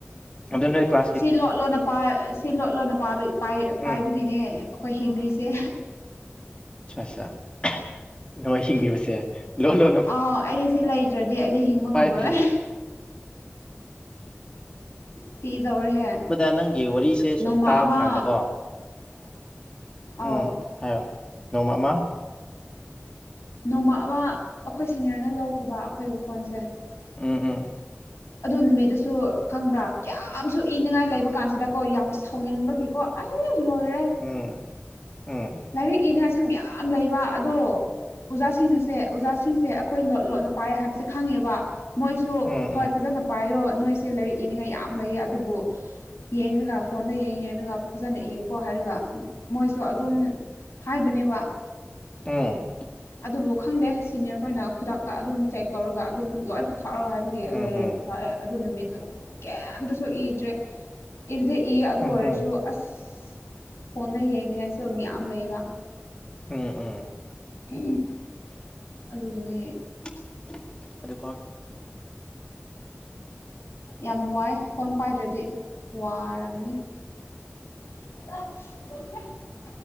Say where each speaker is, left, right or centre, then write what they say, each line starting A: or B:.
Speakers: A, on the left; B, on the left.
A: ꯑꯗꯨꯅ ꯀ꯭ꯂ
B: ꯁꯤ ꯂꯣꯠꯂꯣꯅ ꯁꯤ ꯂꯣꯠꯂꯣꯅ ꯄꯥꯏꯕꯒꯤꯅꯦ
A: ꯎꯝ
B: ꯑꯩꯈꯣꯏ ꯍꯤꯡꯔꯤꯁꯦ
A: ꯑ ꯑꯠ ꯅꯣꯡ ꯍꯤꯡꯉꯤꯕꯁꯦ ꯂꯣꯟ ꯂꯣꯟꯅ
B: ꯑ ꯑꯩꯗꯤ ꯁꯤ ꯂ ꯗ꯭ꯔꯗꯤ ꯑꯩꯗꯤ ꯍꯤꯡꯕ ꯉꯝꯃꯔꯣꯏ
A: ꯄꯥꯏꯗ꯭ꯔꯗꯤꯕꯗ
B: ꯁꯤꯗꯧꯔꯦꯍꯦ
A: ꯗ ꯅꯪꯒꯤ ꯋꯥꯔꯤꯁꯦ
B: ꯅꯣꯡꯃ
A: ꯁꯨꯝ ꯇꯥꯕ
B: ꯑꯃ
A: ꯀꯥꯟꯗꯀꯣ
B: ꯑꯧ
A: ꯎꯝ ꯍꯥꯏ ꯅꯣꯡꯃ ꯃꯥ
B: ꯅꯣꯡꯃ ꯑꯃ ꯑꯩꯈꯣꯏ ꯁꯤꯅꯤꯌꯔꯅ ꯂꯧꯕ ꯑꯩꯈꯣꯏꯒꯤ ꯐꯣꯟꯁꯦ
A: ꯎꯝ ꯎꯝ
B: ꯑꯗꯨ ꯅꯨꯃꯤꯠꯇꯁꯨ ꯈꯪꯕ꯭ꯔꯥ ꯀꯌꯥꯝꯁꯨ ꯏꯅꯤꯡꯉꯥꯏ ꯂꯩꯕ ꯀꯥꯟꯁꯤꯗꯀꯣ ꯌꯥꯝ ꯁꯥꯎꯅꯤꯡꯕꯒꯤꯀꯣ ꯑꯩ ꯂꯣꯏꯔꯦ
A: ꯎꯝ ꯎꯝ
B: ꯂꯥꯏꯔꯤꯛ ꯏꯅ ꯁꯨꯝ ꯌꯥꯝ ꯂꯩꯕ ꯑꯗꯣ ꯑꯣꯖꯥꯁꯤꯡꯅꯁꯦ ꯑꯣꯖꯥꯁꯤꯡꯁꯦ ꯑꯩꯈꯣꯏ ꯂꯣꯠ ꯂꯣꯠꯅ ꯄꯥꯏꯌꯦ ꯍꯥꯏꯕꯁꯦ ꯈꯪꯉꯦꯕ ꯃꯣꯏꯁꯨ
A: ꯎꯝ
B: ꯍꯣꯏ ꯐꯖꯅ ꯄꯥꯏꯌꯣ ꯅꯣꯏꯁꯦ ꯂꯥꯏꯔꯤꯛ ꯏꯅꯤꯡꯉꯥꯏ ꯌꯥꯝ ꯂꯩꯌꯦ ꯑꯗꯨꯕꯨ ꯌꯦꯡꯒ ꯐꯣꯟꯗ ꯌꯦꯡ ꯌꯦꯡꯉꯒ ꯐꯖꯅ ꯏꯌꯨꯀꯣ ꯍꯥꯏꯔꯒ ꯃꯣꯏꯁꯨ ꯑꯗꯨꯝ ꯍꯥꯏꯕꯅꯦꯕ
A: ꯑꯝ
B: ꯑꯗꯨꯕꯨ ꯈꯪꯗꯦ ꯁꯤꯅꯤꯌꯔ ꯈꯣꯏꯅ ꯈꯨꯗꯥꯛꯇ ꯑꯗꯨꯝ ꯆꯦꯛ ꯇꯧꯔꯒ ꯑꯗꯨꯝ ꯂꯣꯏ ꯄꯨꯊꯥꯔꯛꯑꯣ ꯍꯥꯏꯕ ꯑꯗꯨꯒꯤ
A: ꯎꯝ ꯎꯝ
B: ꯂꯩ
A: ꯎꯝ
B: ꯄꯣꯊꯥꯛꯑꯦ ꯑꯗꯨ ꯅꯨꯃꯤꯠꯇꯨ ꯀꯩꯝꯇꯁꯨ ꯏꯗ꯭ꯔꯦ ꯏꯕꯗ ꯏ ꯑꯗꯨ
A: ꯎꯝ
B: ꯑꯣꯏꯔꯁꯨ
A: ꯎꯝ
B: ꯑꯁ ꯐꯣꯟꯗ ꯌꯦꯡꯅꯤꯡꯉꯥꯏꯁꯨ ꯃꯌꯥꯝ ꯂꯩꯕ
A: ꯎ ꯎ
B: ꯎ ꯑꯗꯨꯅꯦ
A: <unintelligible>
B: ꯌꯥꯝ ꯋꯥꯏ ꯐꯣꯟ ꯄꯥꯏꯗ꯭ꯔꯗꯤ ꯋꯥꯔꯝꯅꯤ <unintelligible>